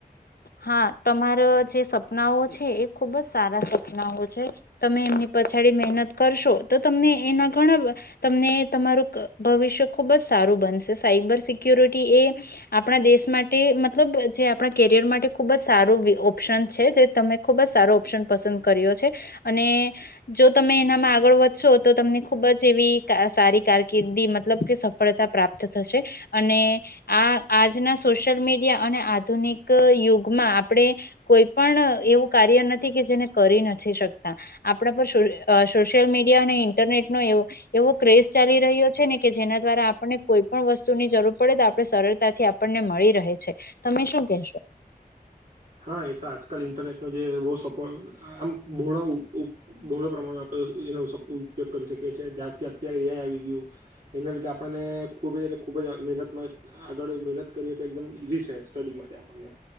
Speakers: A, on the left; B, on the right.
A: હા તમારો છે સ સપનાઓ છે. એ ખુબ જ સારા સપનાઓ છે. તમે એમની પછાડી મહેનત કરશો તો તમને એના ઘણા તમને તમારું ભવિષ્ય ખુબ જ સારું બનશે. સાયબર સિક્યોરિટી એ આપણા દેશ માટે મતલબ જે આપણા કેરિયર માટે ખૂબ જ સારું ઓપ્શન છે, જે તમે ખૂબ જ સારો ઓપ્શન પસંદ કર્યો છે. અને જો તમે એનામાં આગળ વધશો તો તમને ખુબ જ એવી કા સારી કારકિર્દી મતલબ કે સફળતા પ્રાપ્ત થશે અને આ આજના સોશિયલ મીડિયા અને આધુનિક ક યુગમાં આપણે કોઈ પણ એવું કાર્ય નથી કે જેને કરી નથી શકતા. આપણા પર સો અ સોશિયલ મીડિયા અને ઇન્ટરનેટનો એવો એવો ક્રેઝ ચાલી રહ્યો છે ને કે જેના દ્વારા આપણને કોઈ પણ વસ્તુ ની જરૂર પડે તો આપણે સરળતાથી આપણને મળી રહે છે તમે શું કહેશો?
B: હા એ તો આજકાલ ઇન્ટરનેટ નું જે બો સપો આમ બોડાવું બોળો પ્રમાણે આપે એનો સદઉપયોગ કરી શકીએ છે કારણ કે અત્યારે એ આઈ આવી ગયું. એના લીધે અને ખૂબ જ એટલે ખૂબ જ આ મહેનતમાં આગળ મહેનત કરીએ તો એકદમ ઈઝી છે. સ્ટડી માટે આપણને